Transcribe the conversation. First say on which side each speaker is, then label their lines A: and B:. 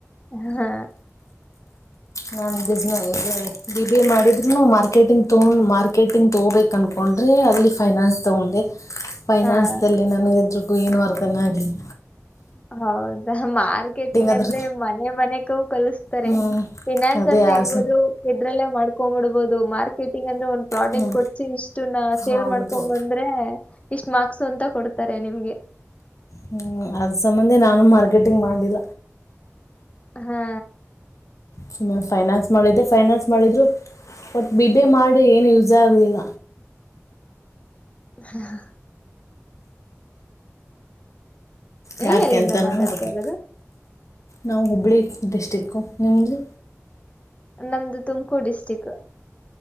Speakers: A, on the left (about 25°); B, on the left (about 80°).
A: ಹಾ
B: ನಾ ಬಿಸ್ನೆಸ್ ಬಿ ಬಿ ಎ ಮಾಡಿದ್ರುನು ಮಾರ್ಕೆಟಿಂಗ್ ತೂ ಮಾರ್ಕೆಟಿಂಗ್ ತಗೋಬೇಕ ಅನ್ಕೊಂಡ ತಗೊಂಡ್ರೆ ಅಲ್ಲಿ ಫೈನಾನ್ಸ್ ತೊಗೊಂಡೆ ಫೈನಾನ್ಸದಲ್ಲಿ
A: ಹಾ
B: ನನಗೆ ಎದ್ರಗೂ ಏನು ಅರ್ಥನೇ ಆಗ್ಲಿಲ್ಲ
A: ಹೌದಾ ಮಾರ್ಕೆಟಿಂಗ್
B: ಅದ್ರ
A: ಅಂದ್ರೆ ಮನೆ ಮನೆಗೂ ಕಲ್ಸ್ ತರೆ
B: ಹ್ಞೂ
A: ಫಿನಾನ್ಸ್
B: ಅದೇ
A: ಅಂದ್ರೆ
B: ಆಸು
A: ಹೆಂಗ ಹದ್ರು ಎದ್ರಲ್ಲೇ ಮಾಡ್ಕೊಂಡ್ಂಬಿಡ್ಬಹುದು ಮಾರ್ಕೆಟಿಂಗ್ ಅಂದ್ರೆ ಒ ಪ್ರಾಡಕ್ಟ್
B: ಹ್ಞೂ
A: ಕೊಟ್ಟಸಿ ಇಷ್ಟು ನ ಸೇಲ್
B: ಹೌದು
A: ಮಾಡ್ಕೊಂಡಂಬಂದ್ರೆ ಇಷ್ಟ್ ಮಾರ್ಕ್ಸು ಅಂತ ಕೊಡ್ತಾರೆ ನಿಮ್ಗೆ
B: ಹ್ಮ್ ಅದ್ ಸಂಬಂಧೆ ನಾನು ಮಾರ್ಕೆಟಿಂಗ್ ಮಾಡ್ಲಿಲ್ಲ
A: ಹಾ
B: ಸುಮ್ಮ ಫೈನಾನ್ಸ್ ಮಾಡಿದ್ದೆ ಫೈನಾನ್ಸ್ ಮಾಡಿದರು ಒಟ್ ಬಿ ಬಿ ಎ ಮಾಡಿ ಏನು ಯೂಸೆ ಆಗ್ಲಿಲ್ಲ
A: ಹಾ ಹಾ
B: ಯಾಕೆ
A: ನೀವ್ ಎಲ್ಲಿಂದ
B: ಅಂತನು
A: ಮಾತಾಡ್ತಾ
B: ಗೊತ್ತೇ
A: ಇರೋದು
B: ನಾವು ಹುಬ್ಬಳ್ಳಿ ಡಿಸ್ಟ್ರಿಕ್ಕು ನಿಮ್ದು
A: ನಮ್ದು ತುಮಕೂರು ಡಿಸ್ಟ್ರಿಕ್